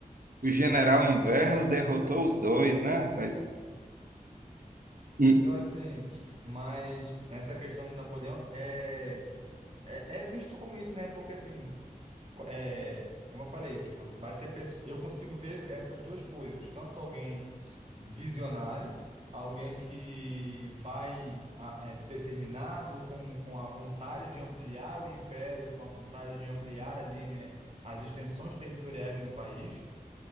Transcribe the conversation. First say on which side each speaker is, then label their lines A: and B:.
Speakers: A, on the right (about 75°); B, on the right (about 50°).
A: o general Inverno derrotou os dois, né, rapaz? E,
B: Então, assim, mas essa questão de Napoleão é, é, é visto como isso, né? Porque, assim, co- é, como eu falei, tipo, vai ter pessoas, eu consigo ver essas duas coisas, tanto alguém visionário, alguém que vai ah, é, determinado com, com a vontade de ampliar o império, com a vontade de ampliar ali, né, as extensões territoriais de um país.